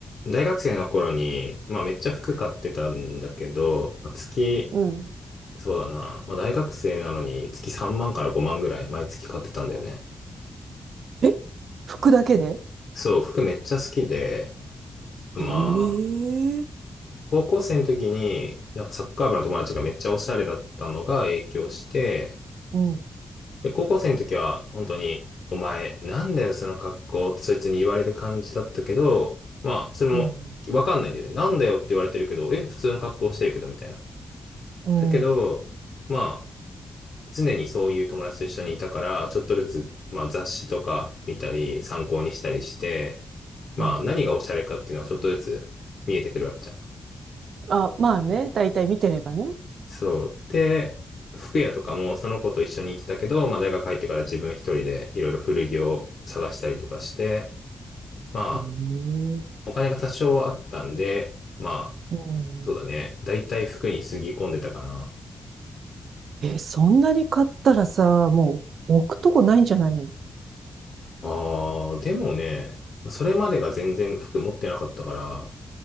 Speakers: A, on the left; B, on the right.
A: 大学生の頃に、まあめっちゃ服買ってたんだけど、まあ、月、
B: うん。
A: そうだな。まあ大学生なのに月3万から5万ぐらい毎月買ってたんだよね。
B: え服だけで
A: そう、服めっちゃ好きで、まあ、
B: ええ
A: 高校生の時に、なんかサッカー部の友達がめっちゃおしゃれだったのが影響して、
B: うん。
A: で、高校生の時は本当に、お前、なんだよその格好ってそいつに言われる感じだったけど、まあ、それもわかんないんだよね。
B: うん。
A: なんだよって言われてるけど、え、普通の格好してるけどみたいな。
B: うん。
A: だけど、まあ、常にそういう友達と一緒にいたから、ちょっとずつ、まあ、雑誌とか見たり、参考にしたりして、まあ、
B: うん。
A: 何がおしゃれかっていうのはちょっとずつ見えてくるわけじゃん。
B: あ、まあね。だいたい見てればね。
A: そう。で、服屋とかもその子と一緒に行ってたけど、まあ、大学入ってから自分一人でいろいろ古着を探したりとかして、まあ、
B: ええ
A: お金が多少あったんで、まあ、
B: うん。
A: そうだね。だいたい服につぎ込んでたかな。
B: え、そんなに買ったらさ、もう置くとこないんじゃないの
A: ああ、でもね、それまでが全然服持ってなかったから、